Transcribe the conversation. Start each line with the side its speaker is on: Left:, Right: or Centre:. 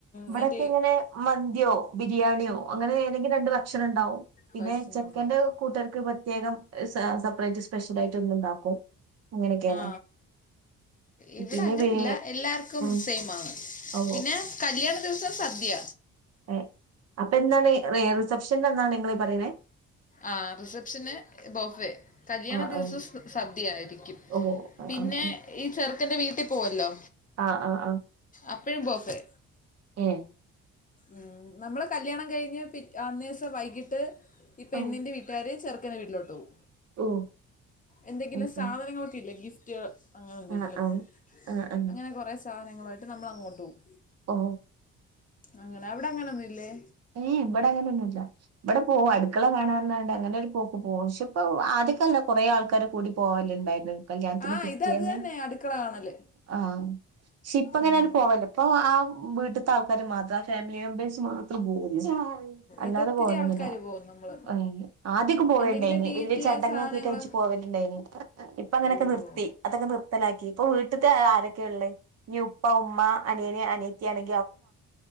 Right: ഇവിടൊക്കെങ്ങനെ
Left: മറ്റേ
Right: മന്തിയോ ബിരിയാണിയോ അങ്ങനെ ഏതെങ്കിൽ രണ്ട് ഭക്ഷണം ണ്ടാവും പിന്നെ
Left: ഭക്ഷണമുള്ള
Right: ചെക്കന്റെ കൂട്ടുകർക്ക് പ ത്യേകം എസ സെപ്പറേറ്റ് സ്പെഷ്യൽ ആയിട്ട് ഒന്നുണ്ടാക്കും അങ്ങനെയൊക്കെയാണ്
Left: ആ ഇവിടെ
Right: പിന്നെ
Left: അങ്ങനല്ല
Right: വേ
Left: എല്ലാർക്കും
Right: ഉം
Left: സെയിം ആണ്
Right: ഓ
Left: പിന്നെ കല്യാണ ദിവസം സ അദ്യ
Right: ഏ അപ്പെന്നാണ് എ റിസപ്ഷൻ എന്നാണ് നിങ്ങളീ പറയണേ
Left: ആ റിസപ്ഷന് ബൊഫേ കല്യാണ
Right: ആഹ്
Left: ദിവസം
Right: ആഹ്
Left: സ് സദ്യയായിരിക്കും
Right: ഓ ആഹ്
Left: പിന്നെ
Right: ആഹ്
Left: ഈ ചെറുക്കന്റെ വീട്ടിൽ പോവല്ലോ
Right: ആഹ് ആഹ് ആഹ്
Left: അപ്പെഴും ബൊഫെ
Right: ഏ
Left: മ്മ് നമ്മള് കല്യാണം കഴിഞ്ഞ് പി അന്നേസം വൈകിട്ട് യ ഈ പെണ്ണിന്റെ
Right: ആഹ്
Left: വീട്ടുകാര് ചെറുക്കന്റെ വീട്ടിലോട്ട് പോവും
Right: ഓ
Left: എന്തെങ്കിലും
Right: ഉം
Left: സാധനങ്ങളൊക്കെ
Right: ഉം
Left: ഇല്ല ഗിഫ് ത്യോ അങ്ങനെന്തെങ്കിലും
Right: ആഹ് ആഹ് ആഹ് ആഹ്
Left: അങ്ങനെ കുറേ സ് താധനങ്ങളായിട്ട് നമ്മൾ അങ്ങോട്ട് പോവും
Right: ഓ
Left: അങ്ങനെ അവിടങ്ങനൊന്നും ഇൽ ഏ
Right: ഏയ് ഇബടങ്ങനൊന്നും ഇല്ല ബട് ക്കെ പോവും അടുക്കള കാണാൻറഞ്ഞാണ്ട് അങ്ങനെ ഒരു പോക്ക് പോകു ശോ ഔ ആദ്യക്കല്ലേ കൊറേ ആൾക്കാര് കൂടി പോവല്ണ്ടായത് കല്യാണത്തിന്
Left: ആ
Right: പിറ്റേന്ന്
Left: ഇത് അത് തന്നെ അടുക്കള കാണല്
Right: ആ ശ്ശിപ്പങ്ങനെ
Left: ഉം.
Right: ആരും പോവല്ല ഇപ്പൊ ആ വീട്ടത്തെ ആൾക്കര് മാത്രം ആ ഫാമിലി മെമ്പേഴ്സ് <inaudible> <unintelligible> അൽ അല്ലാതെ
Left: ഇതൊത്തിരി
Right: പോവലൊന്നൂല്ല
Left: ആൾക്കാർ പോകും നമ്മൾ
Right: അയ്ല് ആദ്യക്കെ പോയല്ണ്ടായിനി
Left: എന്തെങ്കിലും വീട്ടിലെ
Right: വലിയ ചടങ്ങൊക്കിട്ട്
Left: സാധനങ്ങൾ
Right: കഴ്ച്പോവലുണ്ടായിനി ഇപ്പ അങ്ങനൊക്കെ
Left: ഓ
Right: നിർത്തി അതൊക്കെ നിർത്തലാക്കി ഇപ്പൊ വീട്ട ട്ട്ത്തെ ആരൊക്കെ ഉള്ളേ ഇനി ഉപ്പ ഉമ്മ അനിയനെ അനിയത്തിയാണ്